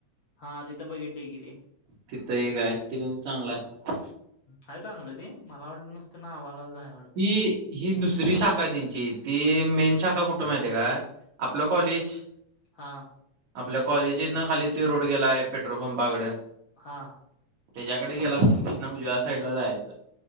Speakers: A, on the left; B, on the right.
A: हा तिथं बघितलंय की ते.
B: तिथं एक हाय, तेपण चांगलं हाय.
A: हाय चांगलं ते, मला वाटलं नुसतं नावालाच हाय वाट
B: ती ही दुसरी शाखा आहे त्यांची. ती मेन शाखा कुठं माहिती हाय का? आपलं कॉलेज
A: हां.
B: आपल्या कॉलेज हायत ना खाली त्यो रोड गेलाय पेट्रोल पंपाकडं.
A: हां.
B: त्याच्याकडे गेलास की मग तिथनं उजव्या साईडला जायाचं,